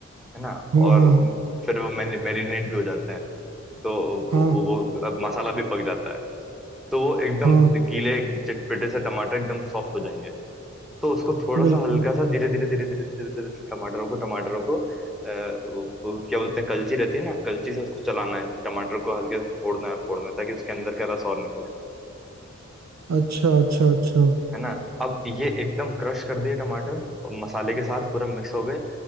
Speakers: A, in the centre; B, on the right.
A: है ना
B: हाँ
A: और
B: हाँ हाँ
A: फिर वो मैरिनेट भी हो जाते हैं तो
B: हाँ
A: वो वो- अब मसाला भी पक जाता है तो वो एकदम
B: हाँ हाँ।
A: गीले चटपटे से टमाटर एकदम सॉफ्ट हो जाएंगे तो उसको थोड़ा
B: बिल्कुल
A: सा हल्का सा धीरे धीरे धीरे धीरे धीरे धीरे धीरे टमाटरों को टमाटरों को अ, वो, वो क्या बोलते हैं कलची रहती है ना कलची से उसको चलाना है टमाटर को हल्के से फोड़ना है फोड़ना है ताकि उसके अंदर का रस और निकले
B: अच्छा अच्छा अच्छा
A: है ना अब ये एकदम क्रश कर दिए टमाटर और मसाले के साथ पूरा मिक्स हो गए